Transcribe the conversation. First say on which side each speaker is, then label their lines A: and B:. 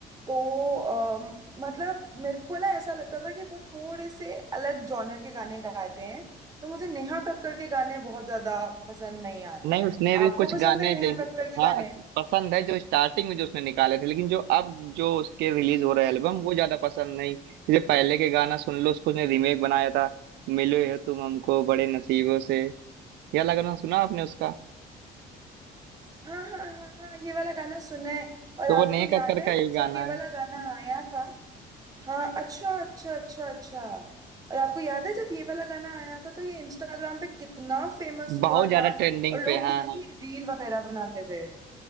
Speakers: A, on the right; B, on the right.
A: तो अम, मतलब मेरे को ना ऐसा लगता था कि वो थोड़े से अलग जॉनर के गाने गाते हैं तो मुझे नेहा कक्कड़ के गाने बहुत ज्यादा पसंद नहीं आते
B: नहीं
A: हैं
B: उसने भी
A: आपको
B: कुछ
A: पसंद
B: गाने
A: है नेहा
B: जैसे
A: कक्कड़ के
B: हाँ
A: गाने
B: पसंद है जो स्टार्टिंग में जो उसने निकाले थे लेकिन जो अब जो उसके रिलीज हो रहे एल्बम वो ज्यादा पसंद नहीं जैसे पहले के गाना सुन लो उसको उसने रीमेक बनाया था मिलो है तुम हमको बड़े नसीबों से यह लगना सुना आपने उसका
A: हाँ हाँ हाँ हाँ ये वाला गाना सुना है और
B: तो
A: आपको
B: वो नेहा
A: याद
B: कक्कड़
A: है
B: का ही
A: जब
B: गाना
A: ये वाला
B: है
A: गाना आया था हाँ अच्छा अच्छा अच्छा अच्छा और आपको याद है जब ये वाला गाना आया था तो ये इंस्टाग्राम पे कितना फेमस हुआ
B: बहुत ज्यादा
A: था
B: ट्रेंडिंग
A: और लोग
B: पे हाँ
A: कितनी
B: हाँ
A: रील वगैरह बनाते थे